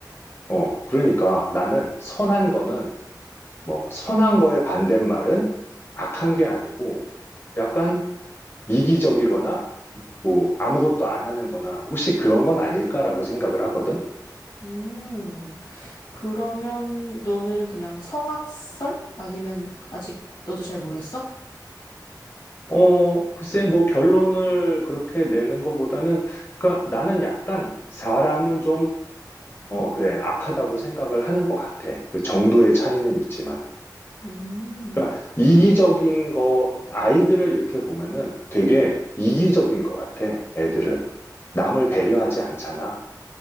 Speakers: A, on the left; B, on the left.
A: 어, 그러니까 나는 선한 거는, 뭐, 선한 거의 반대말은 악한 게 아니고, 약간 이기적이거나, 뭐, 아무것도 안 하는 거나, 혹시 그런 건 아닐까라고 생각을 하거든?
B: 음, 그러면 너는 그냥 성악설? 아니면 아직 너도 잘 모르겠어?
A: 어, 글쎄, 뭐, 결론을 그렇게 내는 것보다는, 그러니까 나는 약간 사람은 좀 어, 그래. 악하다고 생각을 하는 것 같아. 그 정도의 차이는 있지만.
B: 음,
A: 그러니까 이기적인 거, 아이들을 이렇게 보면은 되게 이기적인 것 같아. 애들은. 남을 배려하지 않잖아.